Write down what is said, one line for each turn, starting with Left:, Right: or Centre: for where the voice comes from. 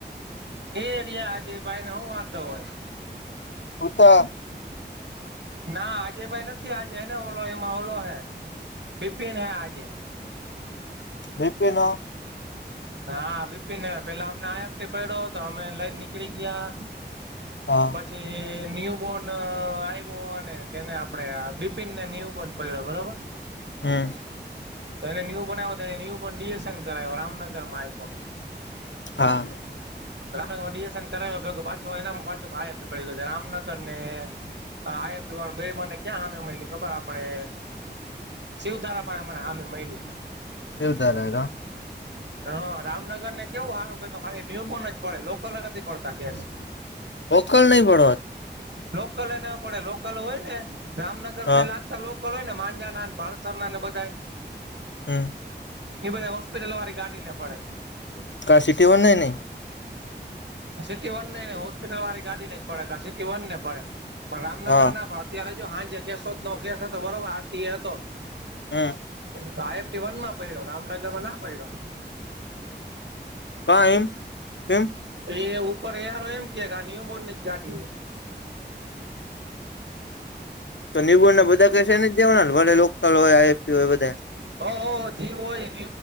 Right: એ રયા અજયભાઈને હું વાંધો હોય.
Left: હુતા
Right: ના અજયભાઈ નથી આજે હેને ઓલો એમાં ઓલો હે બિપિન હે આજે.
Left: બિપિન અ
Right: હા બિપિન હે પેલા આમના અહીંયા જ તે પડ્યો તો અમે લઈન નીકળી ગયા.
Left: હા
Right: પછી ન્યુબોર્ન આઈવો ને કેને આપણેે આ બિપિનને ન્યૂબોન પડ્યો બરોબર.
Left: હમ
Right: એને ન્યુબોર્ન આવ્યો તો એને ન્યુબોર્ન ડીએસન કરાયવો રામનગરમાં આપ્યો.
Left: હા
Right: રામનગરમાં ડીએસન કરાયા ભેગો પાછો એનામાં પાછો <inaudible> એટલે રામનગરને આવા બે મને ક્યાં સામે મલી ખબર આપડે પછી હું તારા પાહે મને હામે મયલી.
Left: <inaudible>
Right: હા રામનગરને કેવું હારું કકે ખાલી ન્યુબોર્ન જ પડે લોકલએ નથી પડતા ક્યાંય.
Left: ઓકલ નઈ પડો
Right: લોકલ ના પડે લોકલ હોય ને રામનગર
Left: હા
Right: ને લાગ લોકોલ હોય ને માંજા ના ભારસર ના ને બધા
Left: હમ
Right: એ બધા હોસ્પિટલ વાળી ગાડીને પડે
Left: કા સિટી વર નહી ન
Right: સિટી વન ન હોસ્પિટલ વાળ ગાડી ન પડે સિટી વનને પડે પણ રામનગર
Left: હા
Right: ના પણ અત્યારે જો હા જે કેસો જ ન કેસ હતો બરોબર આતી એ હતો
Left: હમ
Right: તો આઈ એફટી વન માં પડ્યો રામનગર માં ના પડ્યો
Left: ક એમ તેમમ
Right: એ ઉપર યાર એમ કે આ નિયમ બોર્ડ કાઢી
Left: તો નિબુણ બધા કશે ને જવાનાે લોકલ હોય આઈએફપી હોય બધા
Right: હહ જી હોય જ